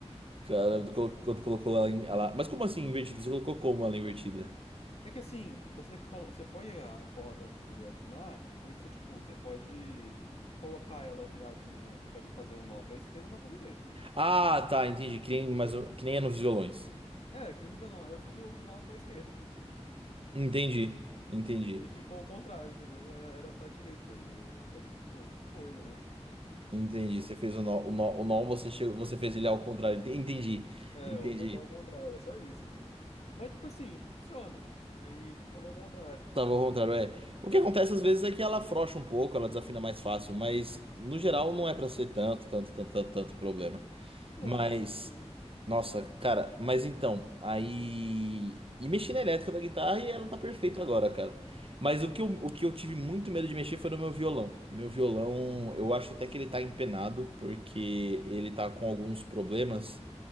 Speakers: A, on the right; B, on the left.
A: Cara, quando colo- quando colocou ela, em- ela- Mas como assim invertida? Você colocou como ela invertida?
B: É que assim, você, colo- você põe a corda pra poder afinar, e aí você, tipo, você pode colocar ela viradinha, você pode fazer o um nó pra esquerda e um nó pra direita.
A: Ah, tá, entendi. Que nem,
B: Entendeu?
A: mas, que nem é nos violões.
B: É, que nível não. Aí eu fiz o nó pra esquerda.
A: Entendi, entendi,
B: E aí ficou ao contrário, entendeu? Era, era pra direita ali. Eu falei, pô, que coisa, né?
A: entendi. Você fez o nó, o nó, o nó você, chegou, você fez ele ao contrário. Ente- Entendi,
B: É,
A: entendi.
B: o nó tava ao contrário, é só isso, entendeu? Mas, tipo assim, funciona. Mas tava ao contrário.
A: Tava ao contrário, é. O que acontece às vezes é que ela afrouxa um pouco, ela desafina mais fácil, mas no geral não é pra ser tanto, tanto, tanto, tanto, tanto problema.
B: Mas é,
A: Mas,
B: realmente.
A: nossa, cara, mas então, aí. E mexi na elétrica da guitarra e ela tá perfeita
B: Uhum,
A: agora, cara. Mas o que eu, o que eu tive muito medo de mexer foi no meu violão. Meu violão, eu acho até que ele tá empenado, porque ele tá com alguns problemas.